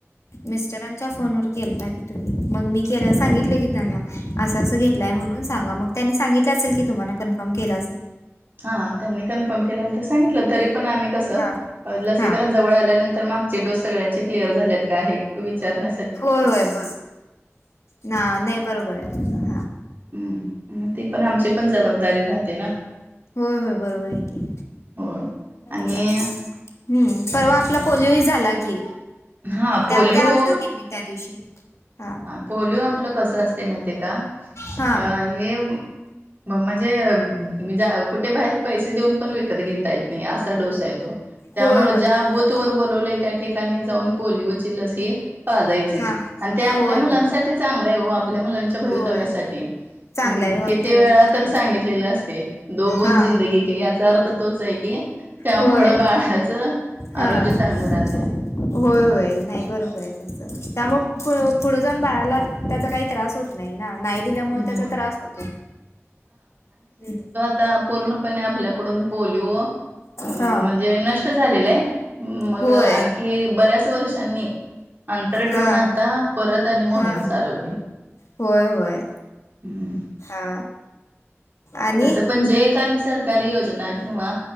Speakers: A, on the left; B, on the right.
A: मिस्टर यांच्या फोन वर केलता की तुम्ही मग मी केला सांगितल की त्यांना. असं असं घेतलाय म्हणून सांगा मग त्यांनी सांगितलं असल की तुम्हाला कन्फर्म केल अस.
B: हा हा त्यांनी कन्फर्म केल्यानंतर सांगितलं तरी पण आम्ही कसं
A: हा
B: लसीकरण
A: हा
B: जवळ आल्यानंतर मागचे डोस सगळ्यांचे क्लिअर झाल्यात का हे विचारण्या
A: होय होय ब ना नाही बरोबर आहे तुमचा.
B: हम्म ते पण आमची पण जबाबदारी राहते ना.
A: होय होय बरोबर आहे की
B: हो. आणि
A: चाल <unintelligible> हम्म परवा आपला पोलिओ हि झाला की
B: हा पोलिओ
A: त्यामध्ये आलतो की मी. त्या दिवशी, हा.
B: पोलिओ आपलं कसं असतय माहितय आहे का
A: हा
B: अ हे म म्हणजे म्हणजे कुठे बाहे <unintelligible> पैसे देऊन पण विकत घेता येत नाही असा डोस आहे तो. त्यामुळ
A: होय होय
B: ज्या
A: नाही
B: भूत
A: बरोबर
B: वर बोलवले त्या ठिकाणी जाऊन पोलिओची लस ही पाजायचीच
A: हा
B: आणि ते आपल्या
A: होय
B: मुलांनसाठी
A: होय
B: चांगलं आहे हो आपल्या मुलांच्या भवितव्यासाठी.
A: होय चांगलं
B: हम
A: आहे होय
B: किती
A: त्याच्यासाठी
B: वेळा
A: चांगली
B: तर सांगितलेलं असते दो बुध
A: हा
B: जिंदगी के याचा अर्थ तोच आहे की त्यामुळं
A: होय
B: बाळाच
A: हा
B: आरोग्य चांगलं राहत.
A: होय होय नाही बरोबर आहे तुमच त्यामुळं प पुढ जाऊण बाळाला त्याचा काही त्रास होत नाही ना नाही दिल्यामुळ
B: राहतय.
A: त्याचा त्रास होतो, हम्.
B: ता पूर्णपणे आपल्याकडून पोलिओ म्हणजे
A: हा
B: नष्ट झालेलंय, मग
A: होय
B: आणखी बऱ्याच वर्षांनी अंतर ठेवून
A: हा
B: आता परत आणि मोहीम
A: हा
B: चालवली.
A: होय होय,
B: हम्म.
A: हा. आणि
B: तसं पण जे काही सरकारी योजना किंवा